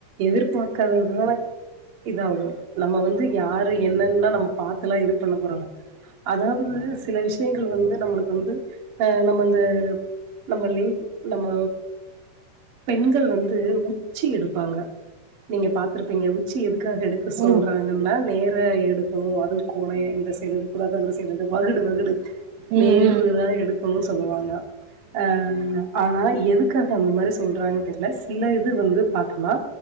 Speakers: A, on the right; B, on the right.
A: எதிர்பாக்காததுதா இதாகு நம்ம வந்து யாரு என்னன்னா நம்ம பாத்தலா இது பண்ண போறல அதாவது சில விஷயங்கள் வந்து நம்முழுக்கு வந்து ஆ நம்மந்து நம்மலே நம்ம பெண்கள் வந்து உச்சி எடுப்பாங்க நீங்க பாத்துருப்பீங்க உச்சி எதுக்காக எடுக்க சொல்றாங்கன்னா
B: ம்
A: நேர எடு க்கனு அது கோனய இந்த சைடு எடுகூடாது அந்த சைடு எடு வகுடு வகுடு
B: ம் ம்
A: நேர்வு
B: ம் ம்
A: தா எடுக்கணுனு சொல்லுவாங்க அ ஆனா எதுக்கு க்காக அந்த மாரி சொல்றாங்கன்னு தெரியல சில இது வந்து பாத்துகலா